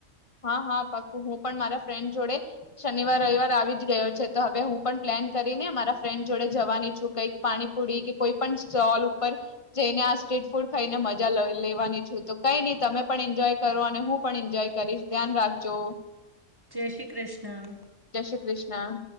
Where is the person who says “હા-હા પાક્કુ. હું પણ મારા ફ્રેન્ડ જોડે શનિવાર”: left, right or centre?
Left